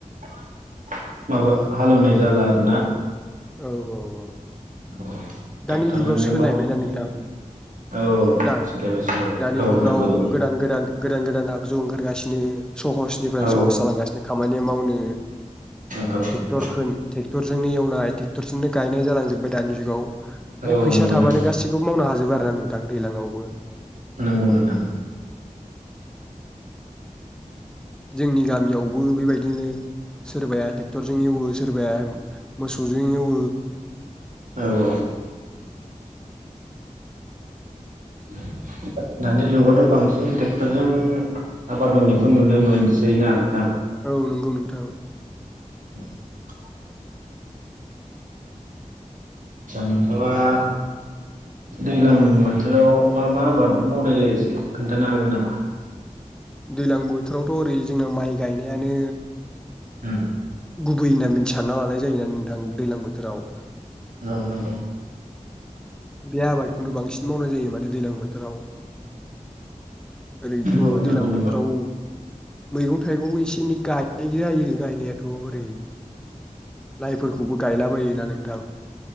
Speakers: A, on the right; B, in the centre.
A: <inaudible> माबा हालेवनाय जाला आरोना।
B: औ औ औ
A: <inaudible> औ
B: दानि
A: टेक्टरजोंनो
B: जुगाव सोलायबायना
A: माव <inaudible>
B: नोंथां
A: औ
B: ना
A: सोलायबाय सोलायबाय
B: दानि
A: औ
B: जुगाव
A: नंगौ नंगौ।
B: गोदान गोदान गोदान गोदान आगजु ओंखारगासिनो। सहसनिफ्राय
A: औ
B: सहस जालांगासिनो खामानिया माव नो
A: नंगौ नंगौ
B: टेक्टर खोन- टेक टुरजोंनो एवनाय टेक्टरजोंनो गायनाय जालांजोबबाय दानि जुगाव। माने
A: औ
B: फैसा
A: नंगौ
B: थाबानो
A: नंगौ
B: गासिखौबो मावनो हाजोबबो आ रो नोंथां दैज्लाांआवबो
A: नोंगौ नोंथां।
B: जोंनि गामियावबो बेबायदिनो सोरबाया ट्रेक्टरजों एवो सोरबाया मोसौजों एवो
A: औ औ <inaudible> दानि जुगावथ' बांसिन ट्रेक्टरजों आबाद मावनायखौ नुनो मोनसै ना नोंथां
B: औ नंगौ नोंथां
A: <inaudible> नोंथाङा दैज्लां बोथोराव मा मा आबादफोर मावनाय जायो एसे खोन्थानो हागोन नामा
B: दैलां बोथोरावथ' ओरै जोंना माइ गायनायानो
A: उम
B: गुबैयैना मिनथिनना सान्ना लानाय जायनानै नोंथां दैलां बोथोराव
A: औ नोंगौ
B: बे आबादखौनो बांसिन मावनाय जायो माने दैज्लां बोथोराव ओरैथ'
A: औ नंगौ औ
B: दैलां
A: नंगौ नंगौ
B: बोथोराव मैगं थाइगं एसे एनै गायनाय जायो गायनायाथ' ओरै लाइफोरखौबो गायला बायोना नोंथां